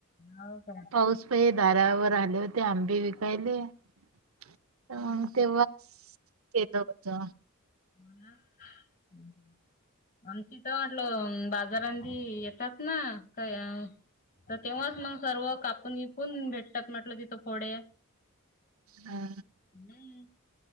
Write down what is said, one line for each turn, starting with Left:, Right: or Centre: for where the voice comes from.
Left: हो काय
Right: पाऊस पे दारावर आले होते. आंबे विकायले, हा तेव्हाच केल होत.
Left: म <unintelligible> आमच इथ म्हटलं बाजारांमंधी येतात ना काय अ तेव्हाच मग सर्व कापून बीपून भेटतात म्हटलं तिथं फोडे
Right: हा
Left: ह